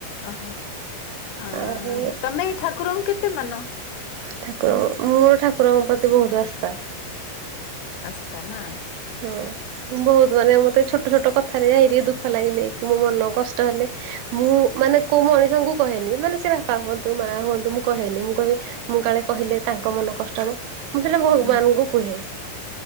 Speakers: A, on the left (about 80°); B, on the right (about 80°).
A: ଅହ ଅ
B: ଆଉ
A: ତମେ ଠାକୁରଙ୍କୁ କେତେ ମାନ?
B: ଠାକୁରଙ୍କ ମୋ ଠାକୁରଙ୍କ ପ୍ରତି ବହୁତ ଆସ୍ଥା।
A: ଆସ୍ତା ନା।
B: ହଁ ବହୁତ ମାନେ, ମତେ ଛୋଟ ଛୋଟ କଥାରେ ଏ ଦୁଃଖ ଲାଗିଲେ କି ମୋ ମନ କଷ୍ଟ ହେଲେ ମୁଁ ମାନେ କୋଉ ମଣିଷଙ୍କୁ କହେନି ମାନେ ସେ ବାପା ହୁଅନ୍ତୁ, ମା ହୁଅନ୍ତୁ ମୁଁ କହେନି ମୁଁ କହିବି ମୁଁ କାଳେ କହିଲେ ତାଙ୍କ ମନ କଷ୍ଟହେବ ମୁଁ ସେଇଟା ଭଗବାନଙ୍କୁ
A: ଉଁ
B: କୁହେ।